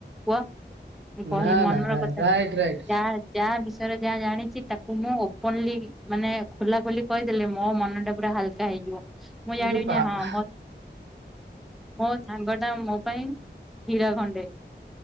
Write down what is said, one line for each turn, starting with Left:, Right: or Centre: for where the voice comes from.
Centre: କୁହ? ମୁଁ କହି
Right: ନା
Centre: ମନର
Right: ନା
Centre: କଥା
Right: ରାଇଟ ରାଇଟ
Centre: ଯା ଯା ବିଷୟରେ ଯା ଜାଣିଚି ତାକୁ ମୁଁ ଓପନଲି ମାନେ ଖୋଲା ଖୋଲି କହିଦେଲେ ମୋ ମନ ଟା ପୁରା ହାଲ କା ହେଇଯିବ, ମୁଁ
Right: ଏଇରେ
Centre: ଜାଣିବି
Right: ବାବା
Centre: ଯେ ହଁ ମୋ ମୋ ସାଙ୍ଗ ଟା ମୋ ପାଇଁ ହୀରା ଖଣ୍ଡେ।